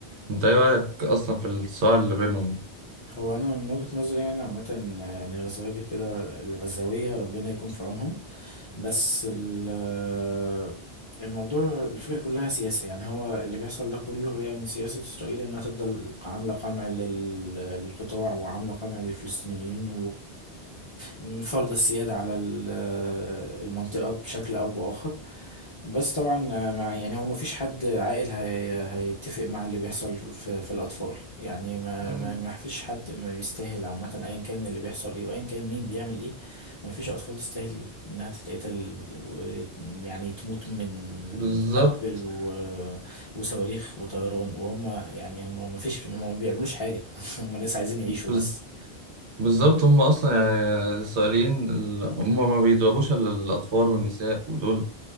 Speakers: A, on the right (about 85°); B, on the left (about 35°).
A: انت ايه رايك اصلا في الصراع اللي بينهم
B: هو انا من وجهة نظري يعني عامه يعني الغزاويه كده كده- الغزاويه ربنا يكون في عونهم بس ال- الموضوع الفكره كلها سياسه يعني هو اللي بيحصل ده كله هي من سياسه اسرائيل انها تفضل عامله قمع لل- للقطاع وعامله قمع للفلسطينيين وفرض السياده على ال- المنطقه بشكل او باخر بس طبعا مع يعني هو مفيش حد عاقل هي هيتفق مع اللي بيحصل في, في الأطفال يعني ما
A: مم.
B: ما فيش حد ما بيستاهل عامة أيا كان اللي بيحصل إيه وأيا كان مين بيعمل إيه ما فيش أطفال تستاهل إنها تتقتل و- يعني تموت من
A: بالظبط
B: قنبل و... وصواريخ وطيران وهم يعني هم ما فيش هم ما بيعملوش حاجة <laughs> هم ناس عايزين يعيشوا
A: بز-
B: بس
A: بالظبط هم اصلا يعني الاسرائيليين ال- هم ما بيضربوش الا الاطفال والنساء ودول